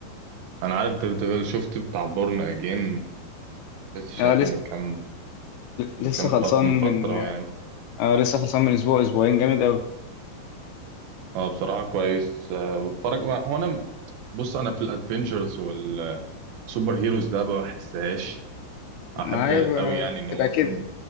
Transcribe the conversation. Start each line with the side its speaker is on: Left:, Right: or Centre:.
Right: انا عارف ديفيد ديفل شفت بتاع بورن اجين لسه شايفه
Left: أنا لسه
Right: من كام من
Left: لسه
Right: كام
Left: خلصان
Right: فت... من
Left: من
Right: فتره يعني
Left: اه لسه خلصان من اسبوع اسبوعين جامد قوي
Right: اه بصراحه كويس آه، بتفرج هو انا بص انا في الادفنتشرز سوبر هيروز ده ما بحسهاش احب
Left: ما هي ب-
Right: قوي يعني ان
Left: بتبقى
Right: هو مثلا
Left: كده